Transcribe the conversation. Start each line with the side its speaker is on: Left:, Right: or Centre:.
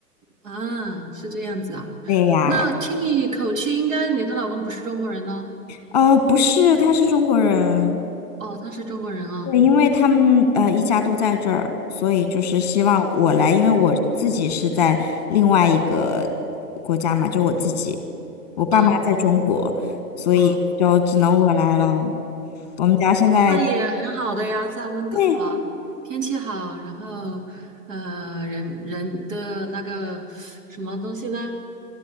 Right: 啊，是这样子啊。
Left: 对呀，
Right: 那听你口气，应该你的老公不是中国人呢？
Left: 呃，不是，他是中国人。
Right: 哦，他是中国人啊，
Left: 对，因为他们呃一家都在这儿，所以就是希望我来，因为我自己是在另外一个国家嘛，就我自己，我爸妈在中国，
Right: 啊
Left: 所以就只能我来了。
Right: 啊，
Left: 我们家现在
Right: 那也很好的呀，在温哥华，
Left: 对
Right: 天气好，然后呃，人人的那个什么东西呢？